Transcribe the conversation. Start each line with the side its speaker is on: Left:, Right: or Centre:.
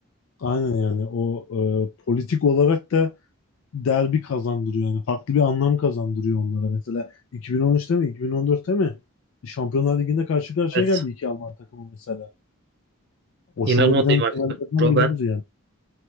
Left: Aynen yani o e, politik olarak da derbi kazandırıyor yani farklı bir anlam kazandırıyor onlara. Mesela 2013'te mi 2014'te mi Şampiyonlar Ligi'nde karşı karşıya
Right: Evet.
Left: geldi iki Alman takımı mesela. Hoşuma
Right: İnanılmaz
Left: giden
Right: iyi maçtı.
Left: finallerden
Right: Robben
Left: biridir yani.